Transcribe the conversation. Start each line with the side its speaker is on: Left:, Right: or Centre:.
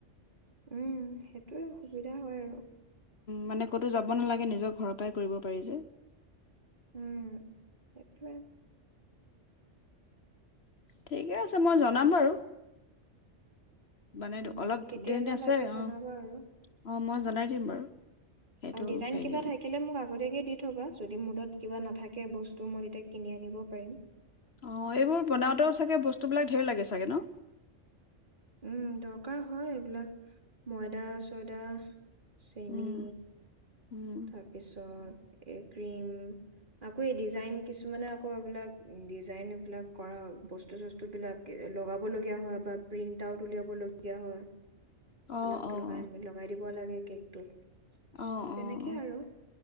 Right: উম সেইটোয়ে সুবিধা হয় আৰু
Left: মানে কতো যাব নালাগে নিজৰ ঘৰৰ পৰাই কৰিব পাৰি যে
Right: উম সেইটোৱে
Left: ঠিকে আছে মই জনাম বাৰু মানে
Right: উম
Left: অলপ
Right: কেতিয়ালে
Left: দেৰি আছে
Right: লাগে জনাবা
Left: অ
Right: আৰু
Left: অ মই জনাই দিম বাৰু সেইটো
Right: আৰু ডিজাইন
Left: হেৰি
Right: কিবা থাকিলে মোক আগতীয়াকে দি থবা যদি মডত কিবা নাপ থাকে বস্তু মই তেতিয়া কিনি আনিব পাৰিম
Left: অ এইবোৰ বনাওঁতেও চাগে বস্তুবিলাক ঢেৰ লাগে চাগে ন
Right: উম দৰকাৰ হয় এইবিলাক ময়দা চয়দা চেনি
Left: উম, উম।
Right: তাৰপিছত এ ক্ৰীম আকৌ এই ডিজাইন কিছুমানে আকৌ এইবিলাক ডিজাইন এইবিলাক কৰা বস্তু চস্তু বিলাক লগাব লগীয়া হয় বা প্ৰিন্ট আউট উলিয়াব লগীয়া হয়
Left: অঁ
Right: লগাই
Left: অঁ
Right: লগাই লাগে কেকটোত
Left: অ
Right: তেনেকে
Left: অ অ
Right: আৰু